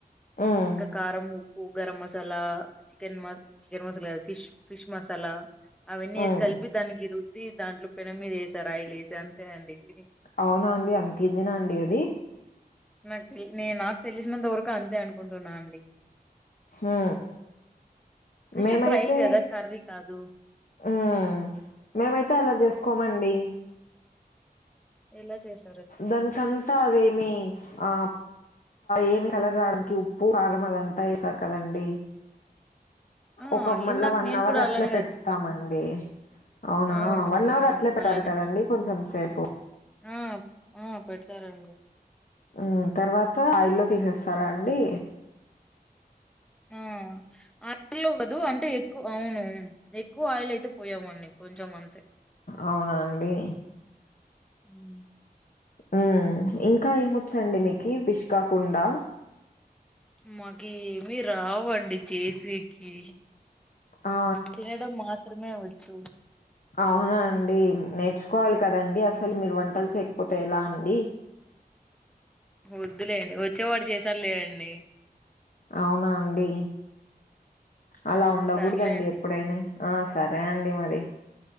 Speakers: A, on the left; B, in the centre.
A: హ్మ్.
B: కారము పూ గరం మసాలా చికెన్ మ చికెన్ మసాలా గాదు ఫిష్ ఫిష్ మసాలా అవన్నీ
A: హ్మ్.
B: యెస్ కల్పి దానికిరుద్ది దాంట్లో పెనం మీద యేసారు ఆయిలు యేసా అంతే అండి తిని
A: అవునా అండి అంత ఈజీనా అండి అది
B: మర్ తి నేను నాకు తెలిసినంత వరకు అంతే అనుకుంటున్నా అండి
A: హా
B: ఫిష్
A: మేమైతే
B: ఫ్రై కదా కర్రీ కాదు
A: ఆ మేమైతే అలా చేస్ కొమండి
B: ఎలా చేస్
A: దాన్కంతా అదే మి ఆ ఏమి కలర్ రావడానికి ఉప్పు కారం అదంతా యేసార్ కదండి
B: ఆ
A: ఒక మళ్ళ
B: ఇందాక
A: వన్
B: నేను
A: అవర్
B: కూడా
A: అట్ల
B: అలానే
A: పెడ్తామండి
B: కదా చెప్పాను
A: అవునా
B: అవును
A: వన్
B: మ్
A: అవర్ అట్లే పెట్టారు
B: అలానే
A: కదండి
B: పెట్టి
A: కొంచెం సేపు
B: ఆ ఆ పెడ్తారండి
A: హ్మ్ తర్వాత ఆయిల్లో తీసేస్తారా అండి
B: ఆ ఆయిల్ లొ కాదు అంటే ఎ ఎక్కు అవునవున్ ఎక్కువ ఆయిల్ అయితే పోయమండి కొంచెం అంతే
A: అవునాండి
B: హ్మ్.
A: ఉమ్ ఇంకా ఏమొచ్చండి మీకి ఫిష్ కాకుండా
B: మాకి ఏమి రావండి చేసేకి
A: ఆ
B: తినడం మాత్రమే వచ్చు
A: అవునా అండి నేర్చుకోవాలి కదండి అసలు
B: హ్మ్.
A: మీరు వంటలు చేయక్పోతే ఎలా అండి
B: వద్దులేండి వచ్చేవాడు చేసారు లేఅండి
A: అవునా అండి అలా ఉండకూడ్దండి
B: సర్లే అండి
A: ఎప్పుడైనయ్ హ సరే అండి మరి